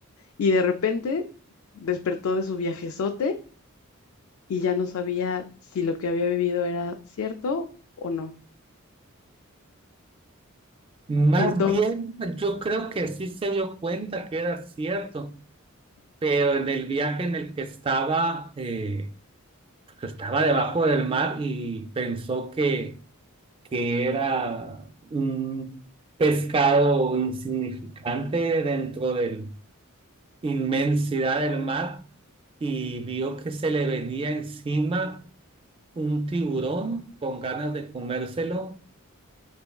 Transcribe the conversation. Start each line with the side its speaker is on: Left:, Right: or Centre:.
Left: Y de repente despertó de su viajezote y ya no sabía si lo que había vivido era cierto o no.
Right: Más
Left: Entonces,
Right: bien, yo creo que sí se dio cuenta que era cierto, pero en el viaje en el que estaba... eh, pues, estaba debajo del mar y pensó que, que era un pescado insignificante dentro de la inmensidad del mar y vio que se le venía encima un tiburón con ganas de comérselo